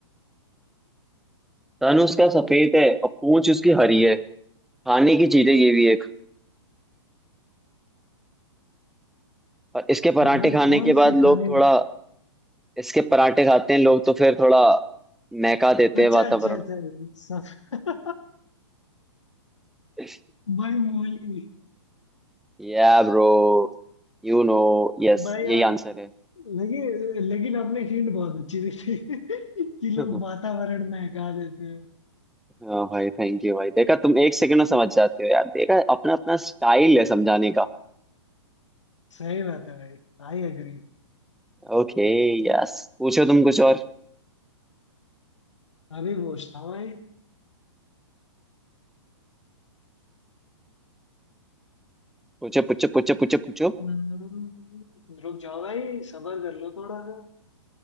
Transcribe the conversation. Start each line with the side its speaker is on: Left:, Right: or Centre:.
Centre: तन उसका सफेद है और पूछ उसकी हरी है खाने की चीज है ये भी एक और इसके पराठे
Left: भाई
Centre: खाने
Left: कौन
Centre: के बाद
Left: से खाने
Centre: लोग थोड़ा इसके पराठे खाते हैं लोग तो फिर थोड़ा महका देते
Left: अच्छा
Centre: हैं वातावरण
Left: अच्छा अच्छा
Centre: को
Left: सब
Centre: <laughs>
Left: <laughs> भाई मूली
Centre: या ब्रो यू नो यस
Left: भाई यार
Centre: यही आंसर
Left: लेकिन लेकिन आपने हिंट बहुत अच्छी दी थी <laughs> कि लोग
Centre: है <laughs>
Left: वातावरण महका देते हैं
Centre: हाँ भाई थैंक यू भाई देखा तुम एक सेकंड में समझ जाते हो यार देखा अपना अपना स्टाइल है समझाने का
Left: सही बात है भाई आई एग्री
Centre: ओके यस पूछो तुम कुछ और
Left: अभी पूछता हूँ भाई
Centre: पूछो पूछो पूछो पूछो पूछो
Left: हम्म, रुक जाओ भाई सबर कर लो थोड़ा सा